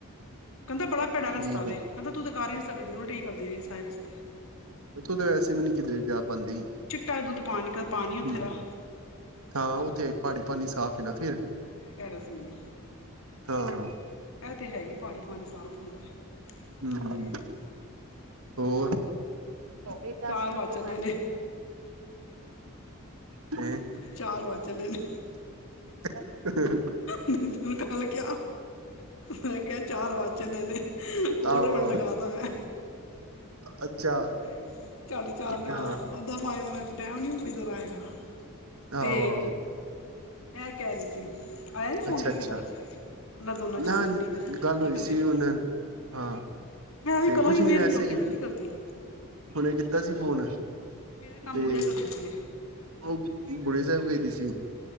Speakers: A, on the left; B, on the right.
A: ਕਹਿੰਦਾ ਬੜਾ ਭੈੜਾ
B: ਠੀਕ
A: ਰਸਤਾ ਵੇ
B: ਏ।
A: ਕਹਿੰਦਾ ਤੂੰ ਤਾਂ ਕਰ ਹੀ ਨੀ ਸਕਦੀ ਉਲਟੀ ਕਰਦੀ ਰਹੇਂਗੀ ਸਾਰੇ ਰਸਤੇ।
B: ਤੂ ਤੇ ਵੈਸੇ ਵੀ ਨਹੀਂ ਕਿਤੇ ਜਾ ਪਾਉਂਦੀ ਹਮ
A: ਚਿੱਟਾ ਦੁੱਧ ਪਾਣੀ ਪਾਣੀ ਉੱਥੇ ਦਾ
B: ਹਾਂ ਉਹ ਤੇ ਹੈ ਪਹਾੜੀ ਪਾਨੀ ਸਾਫ਼ ਏ ਨਾ ਫਿਰ।
A: ਇਹ ਕਿਹ ਰਿਹਾ ਸੀ, ਮਿੰਨੁ।
B: ਹਾਂ।
A: ਇਹ ਤੇ ਹੈ ਹੀ ਪਾਣੀ ਪਾਣੀ ਸਾਫ਼ ਹੁੰਦਾ ਹੈ।
B: ਹਮ,
A: ਤੇ
B: ਹੋਰ ਹੋਗੀ ਦਸ
A: ਚਾਰ
B: ਮਿੰਟ
A: ਵਾਰ ਚੱਲੇ
B: ਗਲ।
A: ਨੇ
B: ਤੇ
A: ਚਾਰ ਵਜ਼ ਚਲੇ ਨੇ।
B: <inaudible> ਹ ਹਾਂ ਹ
A: ਮੈਨੂੰ ਕਲ ਕਿਆ ਮੈਂ ਕਿਹਾ। ਚਾਰ ਵੱਜ ਚਲੇ ਨੇ, ਕੋਡ-ਵਰਡ
B: ਆਹੋ-ਆਹੋ,
A: ਲਗਾਤਾ ਮੈਂਂ।
B: ਅੱਛਾ
A: ਉਹੀ ਤੇ ਝੱਟ ਚਲ ਆ।
B: ਹਾਂ,
A: ਉਹਦਾ ਪਾਵੇ ਟਾਈਮ ਨੀ ਬੀਤਦਾ ਹੇਗਾ ਤੇ
B: ਆਹੋ-ਆਹੋ,
A: ਇਹ ਕਹਿ ਰਹੀ ਸੀ ਆਇਆ ਨੀ ਫੋਨ
B: ਅੱਛਾ-ਅੱਛਾ,
A: ਕਿਸੇ ਦਾ ਉਹਨਾ ਦੋਨਾਂ ਚ
B: ਨਾ
A: ਸੋਨੀ ਤੂੰ
B: ਗੱਲ
A: ਕੀ
B: ਹੋਈ
A: ਕਰਦੀ
B: ਸੀ
A: ਪਈ
B: ਹੁਣ ਹਾਂ,
A: ਮੈਂ ਵੀ
B: ਤੇ
A: ਕਰਾਂਗੀ
B: ਕੁਛ
A: ਵੇਲੀ
B: ਨੀ ਵੈਸੇ
A: ਹੋਕੇ
B: ਈ
A: ਹਜੇ ਨੀ ਕਰਦੀ।
B: ਹੁਣੇ ਕੀਤਾ ਸੀ ਫੋਨ
A: ਮੇਰਾ ਕੰਮ
B: ਤੇ
A: ਗੁੜੀਆ ਕਰਦੀ ਪਈ ਏ
B: ਉਹ ਬੁਡਿਆ ਸਾਹਿਬ ਗਈ ਦੀ ਸੀ।